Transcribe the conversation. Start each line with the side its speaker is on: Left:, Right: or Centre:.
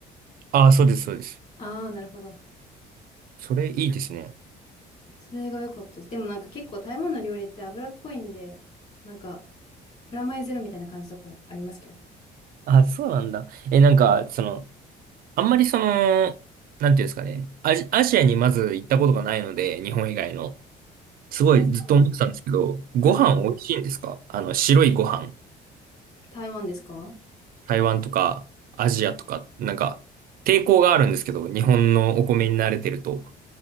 Right: あー、そうです、そうです。
Left: ああ、なるほど。
Right: それいいですね。
Left: それが良かったです。でもなんか結構台湾の料理って脂っこいんで、なんか、プラマイゼロみたいな感じのところありますけど。
Right: あ、そうなんだ。え、なんか、その、あんまりその、なんていうんですかね。アジ、アジアにまず行ったことがないので、日本以外の。すごいずっと思ってたんですけど、
Left: え、そうなんですか。
Right: ご飯美味しいんですかあの、
Left: はい。
Right: 白いご飯。
Left: 台湾ですか
Right: 台湾とかアジアとか、なんか抵抗があるんですけど、日本のお米に慣れてると、